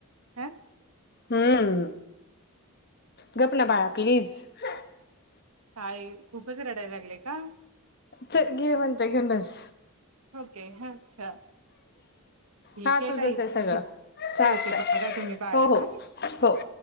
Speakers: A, on the right; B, on the left.
A: ह
B: हम्! गप ना बाळा प्लीज! <unintelligible>
A: काय खूपच रडायला लागलेय का?
B: चल घे म्हणतय घेऊन बस
A: ओके हा अ ठीक
B: हा
A: आहे
B: तुझंच
A: ताई
B: सगळं
A: ही
B: चालतंय
A: ठेवते बघा तुम्ही बाळाला
B: हो हो
A: ह!
B: हो